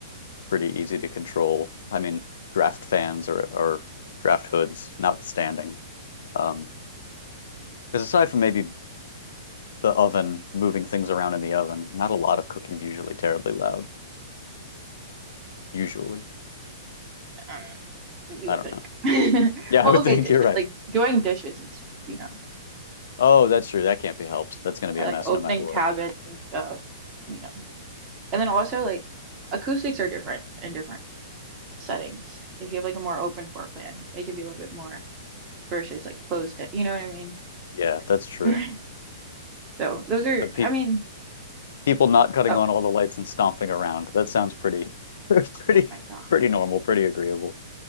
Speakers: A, on the left; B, on the right.
A: pretty easy to control. I mean, draft fans or or draft hoods, notwithstanding. Um, because aside from maybe the oven moving things around in the oven, not a lot of cooking is usually terribly loud. Usually.
B: Uh, you
A: I
B: would
A: don't
B: think.
A: know.
B: <laughs>
A: Yeah,
B: Well,
A: <laughs> I would
B: okay,
A: think
B: dishes,
A: you're right.
B: like doing dishes and stuff, you know,
A: Oh, that's true. That can't be helped. That's going to be
B: or
A: a
B: like
A: mess
B: opening
A: no matter what.
B: cabinets and stuff, you know. And then also like acoustics are different in different settings. If you have like a more open floor plan, it could be a little bit more versus like closed, it- you know what I
A: Yeah, that's true.
B: mean? <laughs> So those are,
A: So pe
B: I mean,
A: people not cutting
B: oh,
A: on all the lights and stomping around. That sounds pretty, <laughs> pretty,
B: oh my God.
A: pretty normal, pretty agreeable,